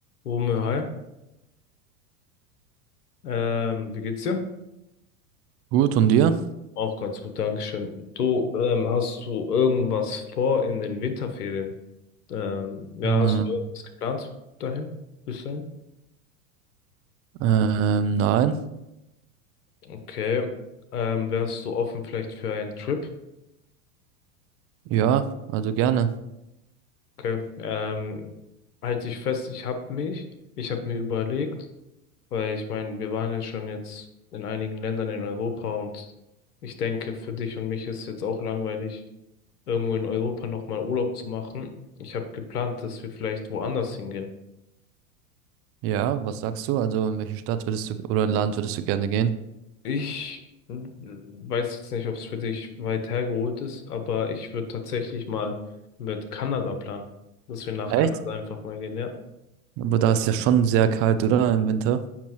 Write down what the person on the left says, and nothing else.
Rummel, hi. Ähm, wie geht's dir?
Auch ganz gut, Dankeschön. Du, ähm, hast du irgendwas vor in den Winterferien? Ähm, ja,
hast du irgendwas geplant dahin? Bis dahin?
Okay. Ähm, wärst du offen vielleicht für einen Trip?
Okay. Ähm, halt dich fest, ich hab mich, ich hab mir überlegt, Weil ich meine, wir waren ja schon jetzt in einigen Ländern in Europa und ich denke, für dich und mich ist jetzt auch langweilig, irgendwo in Europa nochmal Urlaub zu machen. Ich habe geplant, dass wir vielleicht woanders hingehen.
Ich äh, weiß jetzt nicht, ob es für dich weit hergeholt ist, aber ich würde tatsächlich mal mit Kanada planen, dass wir nach
Kanada einfach mal gehen, ja.